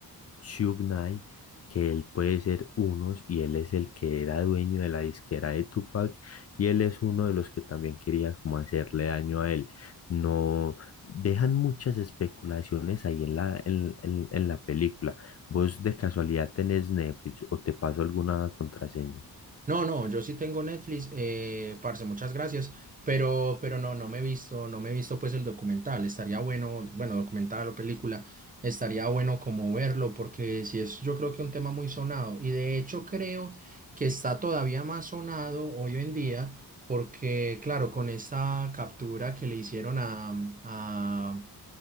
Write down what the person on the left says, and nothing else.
Suge Knight que él puede ser unos y él es el que era dueño de la disquera de Tupac y él es uno de los que también quería como hacerle daño a él. No dejan muchas especulaciones ahí en la, en, en, en la película. ¿Vos de casualidad tenés Netflix o te paso alguna contraseña?